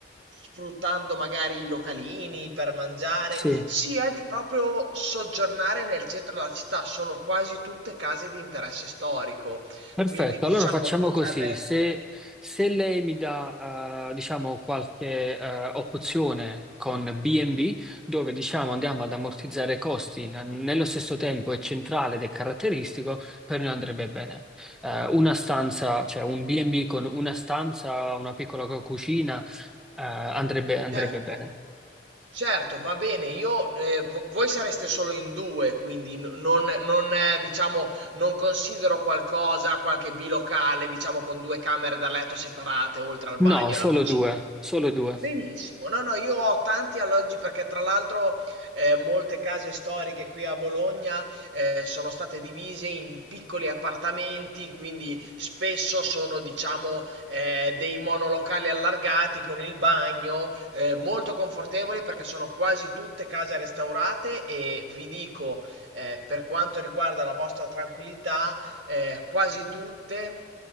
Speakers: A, on the right; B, in the centre.
A: sfruttando magari i localini per mangiare,
B: Sì.
A: sia di proprio soggiornare nel centro della città. Sono quasi tutte case di interesse storico
B: Perfetto,
A: quindi diciamo
B: allora facciamo
A: potrebbe
B: così. Se,
A: essere...
B: se lei mi dà, eh, diciamo, qualche eh, opzione con B&B, dove diciamo andiamo ad ammortizzare costi n- nello stesso tempo è centrale ed è caratteristico, per noi andrebbe bene. Eh, una stanza, cioè un B&B con una stanza, una piccola co- cucina, eh, andrebbe, andrebbe
A: Certo,
B: bene.
A: certo, va bene. Io, eh, vo- voi sareste solo in due, quindi n- non, non, eh, diciamo, non considero qualcosa, qualche bilocale, diciamo, con due camere da letto separate, oltre al bagno
B: No, solo
A: e alla cucina.
B: due, solo due.
A: Benissimo. No, no, io ho tanti alloggi perché tra l'altro eh, molte case storiche qui a Bologna eh, sono state divise in piccoli appartamenti, quindi spesso sono, diciamo, eh, dei monolocali allargati con il bagno, eh, molto confortevoli perché sono quasi tutte case restaurate e vi dico, eh, per quanto riguarda la vostra tranquillità, eh, quasi tutte